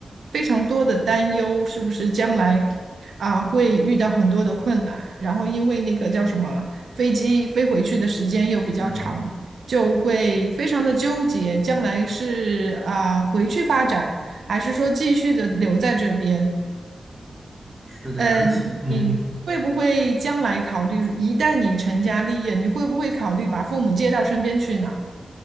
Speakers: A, on the right; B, in the centre.
A: 非常多的担忧，是不是将来啊会遇到很多的困难？然后因为那个叫什么飞机飞回去的时间又比较长，
B: 嗯，
A: 就会非常的纠结，将来是啊回去发展，还是说继续的留在这边？
B: 是的，
A: 嗯，
B: 而且嗯，
A: 你会不会将来考虑，一旦你成家立业，你会不会考虑把父母接到身边去呢？